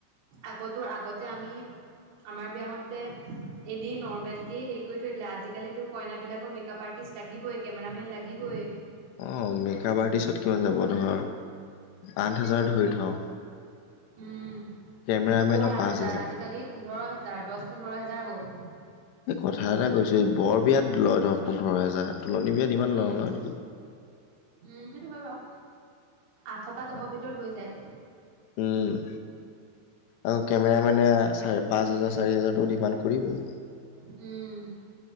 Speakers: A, on the right; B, on the left.
A: আগতো, আগতে আমি, আমাৰ বিয়া হওঁতে এনেই নৰ্মেল কে হেৰি কৰি থৈ দিলে। আজিকালি তো কইনা বিলাকৰ মেকআপ আৰ্টিষ্ট লাগিবই, কেমেৰামেন লাগিবই।
B: অ, মেকআপ আৰ্টিষ্টত কিমান যাব, ধৰ আঠ হাজাৰ ধৰি থওঁ।
A: উম,
B: কেমেৰামেনৰ
A: কৰৰ আঠ
B: পাঁচ
A: হাজাৰ আজিকালি পোন্ধৰ হাজাৰ, দহ পোন্ধৰ হাজাৰ হ'ল।
B: এই কথা এটা কৈছো, বৰ বিয়াত লয়, ধৰ পোন্ধৰ হেজাৰ, তোলনি বিয়াত ইমান
A: উম'।
B: নলয় নেকি?
A: উম, সেইটো হয় বাৰু, আঠৰ পৰা দহৰ ভিতৰত হৈ যায়।
B: উম'। আৰু কেমেৰামেনে চাৰে পাঁচ হাজাৰ, চাৰি হাজাৰটো ডিমাণ্ড কৰিবই।
A: উম'